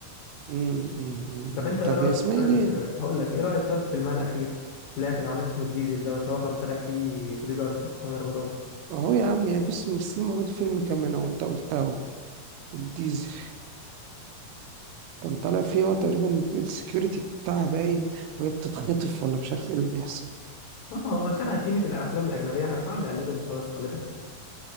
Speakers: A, on the right; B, on the left.
A: أمم، أمم، أمم.
B: طب
A: إمم.
B: انت ايه
A: طب
B: رايك
A: هي اسمها
B: طيب
A: ايه دي؟
B: هقول لك ايه رايك طيب في المال الاخير اللي كان عامل اسمه الديزل دوت اللي هو كان طالع فيه بودي جارد محمد رمضان
A: اهو يا عم يعني بص ممثلين موجود في فيلم كمان اهو انت قلتها اهو الديزل كان طالع فيه هو تقريبا السكيورتي بتاعها باين وهي بتتخطف ولا مش عارف ايه اللي بيحصل
B: اه هو شبه تيمة الافلام الاجنبيه احنا بنحاول نقلدهم وخلاص خلي بالك